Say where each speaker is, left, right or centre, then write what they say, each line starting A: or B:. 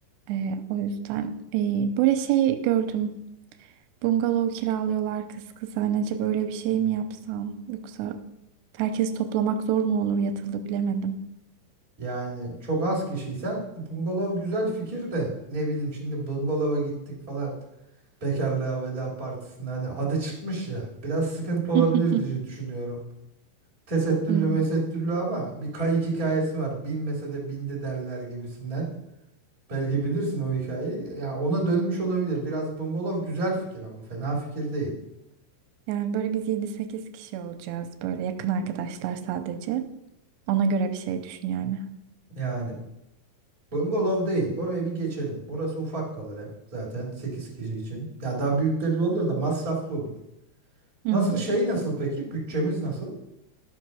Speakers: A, on the right; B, on the right.
A: E, o yüzden e, böyle şey gördüm. Bungalov kiralıyorlar kız kız kızanece böyle bir şey mi yapsam yoksa herkesi toplamak zor mu olur yatılı bilemedim.
B: Yani çok az kişiysen bungalov güzel fikir de ne bileyim şimdi bungalova gittik falan bekarlığa veda partisinde hani adı çıkmış ya biraz sıkıntı olabilir
A: <laughs>
B: diye düşünüyorum. Tesettürlü
A: Hmm.
B: mesettürlü ama bir kayık hikayesi var. Binmese de bindi derler gibisinden. Belki bilirsin o hikayeyi. Ya ona dönmüş olabilir. Biraz bungalov güzel fikir ama fena fikir değil.
A: Yani böyle biz yedi sekiz kişi olacağız böyle yakın arkadaşlar sadece. Ona göre bir şey düşün yani.
B: Yani bungalov değil. Oraya bir geçelim. Orası ufak kalır hep. Zaten 8 kişi için. Ya daha büyükleri de olur da masraflı olur.
A: Hmm.
B: Nasıl şey nasıl peki? Bütçemiz nasıl?